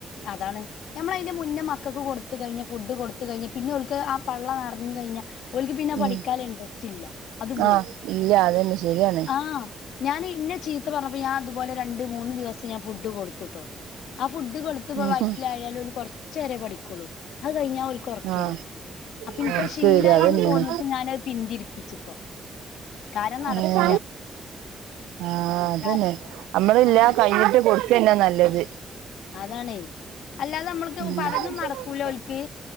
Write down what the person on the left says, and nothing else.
അതാണ് ഞമ്മള് അയിന്റെ മുന്നേ മക്കക്ക് കൊടുത്ത് കയിഞ്ഞ ഫുഡ് കൊടു ത്ത് കയിഞ്ഞ പിന്നെ ഓൽക്ക് ആ പള്ള നറഞ്ഞ് കഴിഞ്ഞാ ഓൽക്ക് പിന്നെ പഠിക്കാൻ
ഇൻട്രസ്റ്റ് ഇല്ല അത് പോയി
ആഹ് ഞാന് ഇഞ്ഞെ ചീത്ത പറഞ്ഞപ്പോ ഞാൻ അതുപോലെ രണ്ട് മൂന്ന് ദിവസം ഞാൻ ഫുഡ് കൊടുത്തുട്ടോ ആ ഫുഡ് കൊടു ത്തപ്പ
വയിറ്റിലായാല്
ഒന്ന് കൊറച്ചേരെ പഠിക്കൊള്ളൂ അത് കയിഞ്ഞാ ഓൽക്ക് ഒറക്കേരാ
അപ്പൊ ഇൻക്കത്
ശീലായിന്ന്
തോന്നിയപ്പോ ഞാനത് പിന്തിരിപ്പിച്ചിപ്പോ കാരം നടക്കൂല
കാരണം
ആഹ്
അതാണേ അല്ലാതെ ഞമ്മളിക്ക്
പഠനം നടക്കൂല ഓൽക്ക്